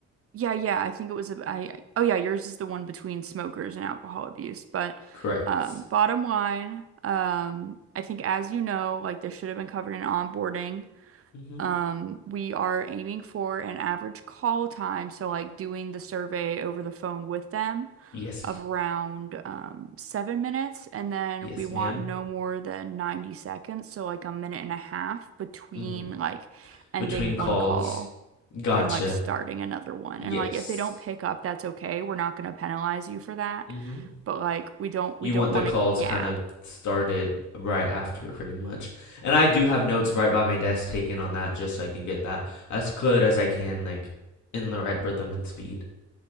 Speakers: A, on the right; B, on the left.
A: Yeah, yeah, I think it was a I I- oh yeah, yours is the one between smokers and alcohol abuse. But
B: Correct.
A: um bottom line, um I think as you know, like this should have been covered in onboarding.
B: Mm-hmm.
A: Um we are aiming for an average call time, so like doing the survey over the phone with them
B: Yes.
A: of around um 7 minutes and then
B: Yes,
A: we want
B: ma'am.
A: no more than 90 seconds, so like a minute and a half between
B: Mm-hmm.
A: like ending
B: Between calls.
A: one call
B: Gotcha.
A: and like starting another one.
B: Yes.
A: And like if they don't pick up, that's okay. We're not gonna penalize you for that.
B: Mm-hmm.
A: But like we don't
B: You
A: we don't
B: want
A: want
B: the calls
A: to gap.
B: kind of started right after, pretty much. And I do have notes right by my desk taken on that just so I can get that as good as I can, like in the right rhythm and speed.